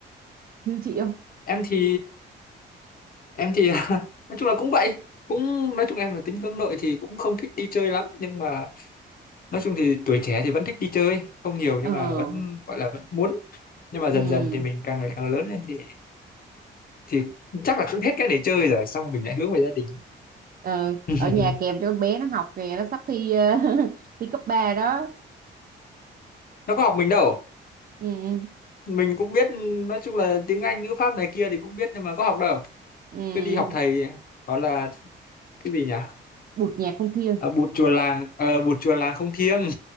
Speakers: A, on the right; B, on the left.
A: như chị không
B: em thì em thì <laughs> nói chung là cũng vậy cũng nói chung em là tính hướng nội thì cũng không thích đi chơi lắm nhưng mà nói chung thì tuổi trẻ thì vẫn thích đi chơi không nhiều
A: ờ
B: nhưng mà vẫn gọi là vẫn muốn nhưng mà
A: ừ
B: dần dần thì mình càng ngày càng lớn lên thì thì chắc là cũng hết cái để chơi rồi xong mình lại hướng về gia đình
A: ờ,
B: <laughs>
A: ở nhà kèm cho con bé nó học kìa nó sắp thi ờ, <laughs> thi cấp 3 đó
B: nó có học mình đâu
A: ừ
B: mình cũng biết nói chung là tiếng Anh ngữ pháp này kia thì cũng biết nhưng mà có học đâu
A: ừ
B: cứ đi học thầy đó là cái gì nhỉ
A: bụt nhạc không thiêng
B: à, bụt chùa làng ờ, bụt chùa làng không thiêng